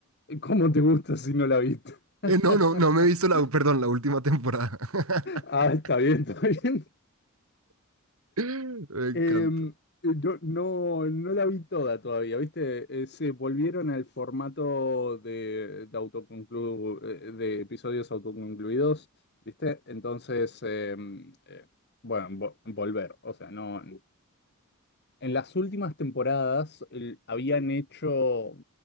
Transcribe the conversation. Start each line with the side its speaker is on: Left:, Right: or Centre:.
Left: ¿cómo te gusta si no la viste?
Right: Eh,
Left: <laughs>
Right: no, no, no me he visto la, perdón, la última temporada. <laughs>
Left: Ah, está bien, está bien.
Right: Me encanta.
Left: Em, no, no, no la vi toda todavía, ¿viste? Eh, se volvieron al formato de, de, autoconclu- eh, de episodios autoconcluidos, ¿viste? Entonces, em, eh, bueno, vo- volver. O sea, no. En las últimas temporadas el- habían hecho